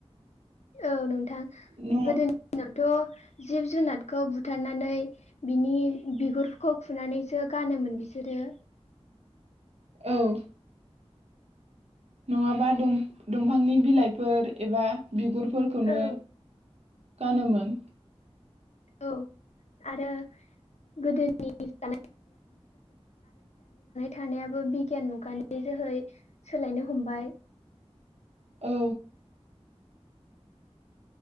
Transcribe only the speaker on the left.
औ नं थां
गोदोनि दिनाव थ' जिब जुनादखौ बुथारनानै बिनि बिगुरखौ फुनानैसो गानोमोन बिसोरो।
औ
औ आरो गोदो <unintelligible> <unintelligible> थानायाबो बिगियान मुगानि जोहै सोलायनो हमबाय।